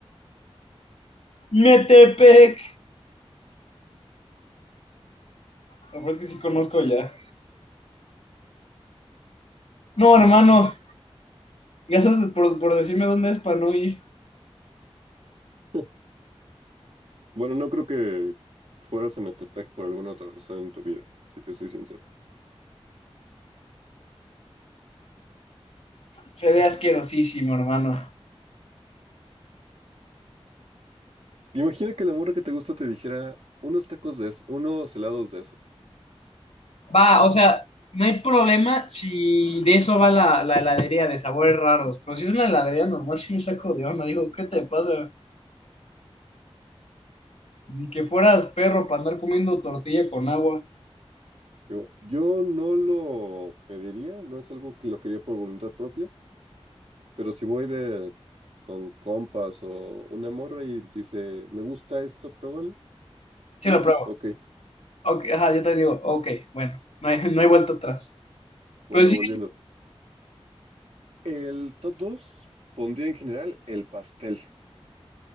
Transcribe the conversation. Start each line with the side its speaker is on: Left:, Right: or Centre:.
Left: ¡Metepec! La verdad es que sí conozco ya. No, hermano. Gracias por, por decirme dónde es para no ir.
Right: <laughs> Bueno, no creo que fueras a Metepec por alguna otra razón en tu vida, si te soy sincero.
Left: Se ve asquerosísimo, hermano.
Right: Imagina que la morra que te gusta te dijera unos tacos de eso, unos helados de eso.
Left: Va, o sea, no hay problema si de eso va la, la heladería de sabores raros. Pero si es una heladería normal, sí me saco de onda. Digo, ¿qué te pasa? Ni que fueras perro para andar comiendo tortilla con agua.
Right: Digo, yo no lo pediría, no es algo que lo quería por voluntad propia. Pero si voy de con compas o una morra y dice, me gusta esto, pruébalo.
Left: Sí,
Right: Mm,
Left: lo pruebo.
Right: ok,
Left: Ok, ajá, yo te digo, ok, bueno, no hay, <laughs> no hay vuelta atrás.
Right: bueno,
Left: Pero sí,
Right: volviendo. El top 2 pondría en general el pastel.